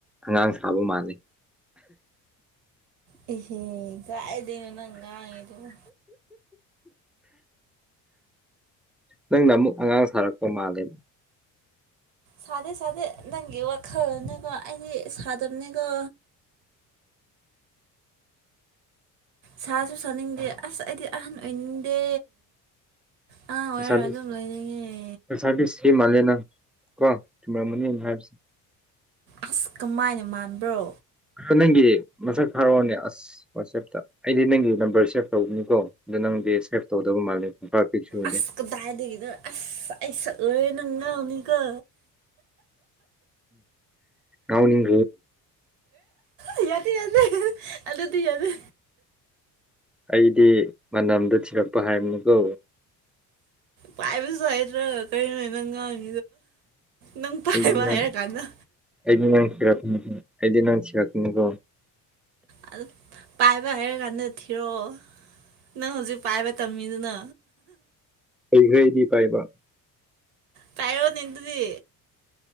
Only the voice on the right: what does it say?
ꯍꯦ ꯀꯥꯏꯗꯅ ꯅꯪ ꯉꯉꯤꯗꯨꯕꯨ
ꯁꯥꯗꯦ ꯁꯥꯗꯦ ꯅꯪꯒꯤ ꯋꯥꯈꯜꯂꯅꯦꯀꯣ ꯑꯩꯗꯤ ꯁꯥꯗꯕꯅꯦꯀꯣ ꯁꯥꯁꯨ ꯁꯥꯅꯤꯡꯗꯦ ꯑꯁ ꯑꯩꯗꯤ ꯑꯍꯟ ꯑꯣꯏꯅꯤꯡꯗꯦ ꯑꯉꯥꯡ ꯑꯣꯏꯔ
ꯑꯗꯨꯝ ꯂꯣꯏꯅꯤꯡꯉꯦ
ꯑꯁ ꯀꯃꯥꯏꯅ ꯃꯥꯟꯕ꯭ꯔꯣ
ꯑꯁ ꯀꯗꯥꯏꯗꯅ ꯑꯁ ꯑꯩꯁ ꯅꯪꯅ ꯃꯤꯒ
ꯑꯦ ꯌꯥꯗꯤ ꯌꯥꯗꯦ ꯑꯗꯨꯗꯤ ꯌꯥꯗꯦ
ꯄꯥꯏꯕꯁꯨ ꯍꯥꯏꯗ꯭ꯔ ꯀꯩꯅ ꯅꯪꯒꯥꯡ ꯅꯪ ꯄꯥꯏꯕ
ꯍꯥꯏꯔ ꯀꯥꯟꯗ
ꯑ ꯄꯥꯏꯕ ꯍꯥꯏꯔ ꯀꯥꯟꯗ ꯊꯤꯔꯛꯑꯣ ꯅꯪ ꯍꯧꯖꯤꯛ ꯄꯥꯏꯕ ꯇꯝꯃꯤꯗꯨꯅ
ꯇꯥꯏꯔ ꯅꯤꯡꯅꯤꯗꯨꯗꯤ